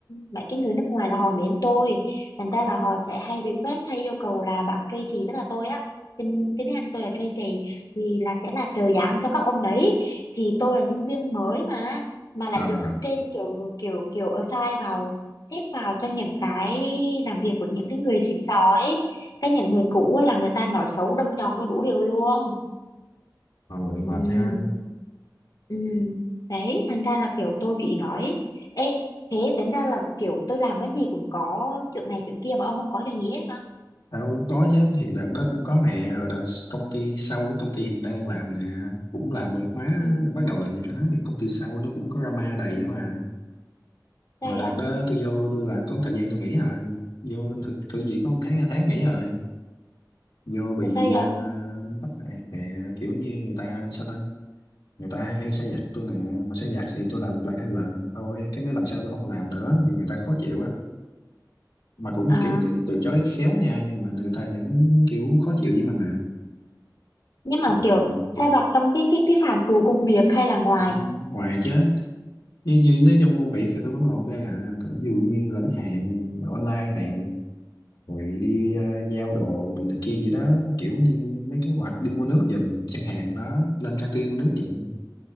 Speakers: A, on the left; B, on the left.
A: mấy cái người nước ngoài là họ mến tôi thành ra là họ sẽ hay request hay yêu cầu là bạn Tracy tức là tôi á tên tên tiếng Anh tôi là Tracy thì là sẽ là trợ giảng cho các ông đấy thì tôi là nhân viên mới mà mà lại
B: à.
A: được cấp trên kiểu kiểu kiểu assign vào xếp vào cho những cái làm việc của những cái người xịn sò ấy cái những người cũ á là người ta nói xấu đâm chọc tôi đủ điều luôn
B: rồi mệt
A: ừ
B: ha
A: ừ đấy thành ra là kiểu tôi bị nói ê thế tính ra là kiểu tôi làm cái gì cũng có chuyện này chuyện kia mà ông không có chuyện gì hết hả
B: Tao có chứ thì đợt đó cũng có nè rồi đợt công ty sau cái công ty hiện đang đang làm nè cũng làm về hóa
A: ừ
B: bắt đầu làm về hóa thì công ty sau nó cũng có drama đầy á mà
A: sao
B: mà đợt
A: vậy
B: đó tôi vô tôi làm có một thời gian tôi nghỉ rồi vô thử, thử việc có một tháng hai tháng nghỉ rồi vô bị
A: tại sao
B: ờ,
A: vậy
B: bắt nạt nè kiểu như người ta sao ta người ta hay xả giặc tôi nè mà xả giặc thì tôi làm một lần hai lần thôi cái mấy lần sau tôi không làm nữa vì người ta khó chịu á mà cũng
A: à
B: kiểu từ, từ chối khéo nha nhưng mà người ta vẫn kiểu khó chịu với mình
A: nhưng mà
B: nè
A: kiểu sai vặt trong cái cái cái phạm trù công việc hay là ngoài
B: Cũng ngoài chứ như, như nếu trong công việc thì tôi vẫn là ok à còn ví dụ như lãnh hàng online này rồi đi ờ, giao đồ rồi này kia gì đó kiểu như mấy cái hoặc đi mua nước giùm chẳng hạn đó lên căng tin mua nước giùm